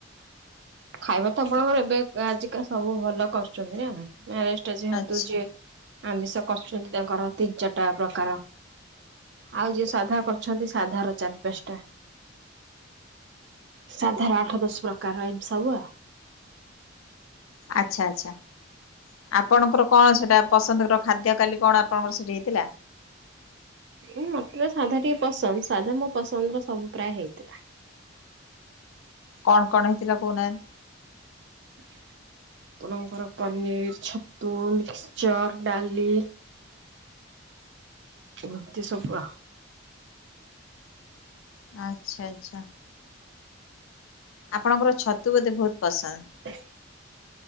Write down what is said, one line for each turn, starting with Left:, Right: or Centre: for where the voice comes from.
Right: ଖାଇବା ତ ଆପଣଙ୍କର ଏବେ ଆଜିକା ସବୁ ଭଲ କରୁଛନ୍ତି ନା ମ୍ୟାରେଜ୍ ଟା ଯେହେତୁ
Left: ଆଚ୍ଛା।
Right: ଯିଏ ଆମିଷ କରୁଛନ୍ତି ତାଙ୍କର ତ୍ରିଯାଟା ପ୍ରକାର। ଆଉ ଯିଏ ସାଧା କରୁଛନ୍ତି ସାଧାର ଚାରି ପାଞ୍ଚଟା। ସାଧାର ଆଠ ଦଶ ପ୍ରକାର ଏମିତି ସବୁ ଆଉ।
Left: ଆଚ୍ଛା ଆଚ୍ଛା। ଆପଣଙ୍କର କଣ ସେଇଟା ପସନ୍ଦ ର ଖାଦ୍ୟ କାଲି କଣ ଆପଣଙ୍କର ସେଇଠି ହେଇଥିଲା?
Right: ଉଁ ମତେ ତ ସାଧା ଟିକେ ପସନ୍ଦ ସାଧା ମୋ ପସନ୍ଦର ସବୁ ପ୍ରାୟ ହେଇଥିଲା।
Left: କଣ କଣ ହେଇଥିଲା କହୁନାହାନ୍ତି?
Right: <inaudible> ଆପଣଙ୍କର ପନିର ଛତୁ ମିକ୍ଚର ଡାଲି ଏମିତି ସବୁ ଆଉ।
Left: ଆଛା ଆଛା। ଆପଣଙ୍କର ଛତୁ ବୋଧେ ବହୁତ ପସନ୍ଦ?
Right: <inaudible>